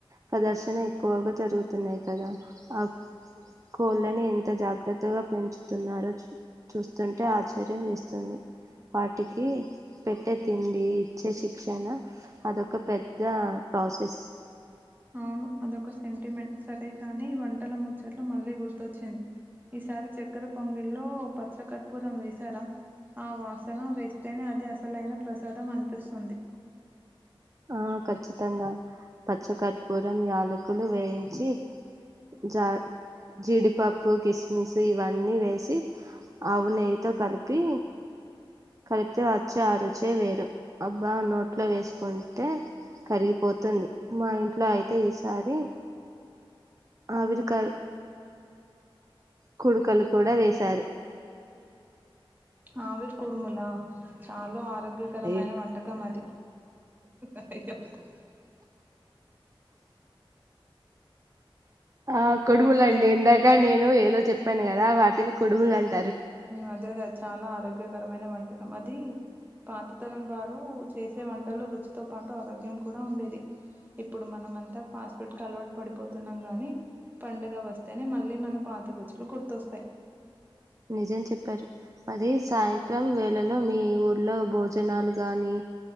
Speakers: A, on the right (about 35°); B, on the right (about 20°).
A: ప్రదర్శన ఎక్కువగా జరుగుతున్నాయి కదా ఆ కోళ్ళని ఎంత జాగ్రత్త కొత్తగా పెంచుతున్నారు చూస్తుంటే ఆశ్చర్యం వస్తుంది వాటికి పెట్టే తిండి ఇచ్చే శిక్షణ అదొక పెద్ద ప్రాసెస్
B: అవును అదొక సెంటిమెంట్ సరే కానీ వంటల ముచ్చట్లు మళ్ళీ గుర్తొచ్చింది ఈసారి చక్కెర పొంగిల్లో పచ్చ కర్పూరం వేశారా ఆ వాసన వేస్తేనే అది అసలైన ప్రసాదం అనిపిస్తుంది.
A: ఆ ఖచ్చితంగా పచ్చ కర్పూరం యాలకులు వేయించి జా జీడిపప్పు కిస్మిస్ ఇవన్నీ వేసి ఆవు నయి తో కలిపి కలిపితే వచ్చే అరుచే వేరు అబ్బా నోట్లో వేసుకు అయితే కరిగిపోతుంది మా ఇంట్లో అయితే ఈసారి ఆవిరి కా కుడుకలు కూడా వేశారు
B: ఆవిర్ కూడుమలా చాల ఆ ఆరోగ్యకరమైన
A: అయ్యో
B: వంటకం అది అయదు <inaudible>
A: ఆ కొడుములండి
B: పాత తరం
A: ఇందాక నేను ఏదో చెప్పాను కదా వాటిని కొడుముల అంటే
B: అదే అదే అది చాలా ఆరోగ్యకరమైన వంటకం అది పాత తరం వారు చేసే వంటలు రుచితో పాటు ఆరోగ్యం కూడా ఉండేది ఇప్పుడు మనం అంతా ఫాస్ట్ ఫుడ్ కి అలవాటు పడిపోతున్నాం గానీ పండుగ వస్తేనే మళ్ళీ మన పాత రుచులు గుర్తొస్తాయి
A: నిజం చెప్పారు మరి సాయంత్రం వేళలో మీ ఊర్లో భోజనాలు గాని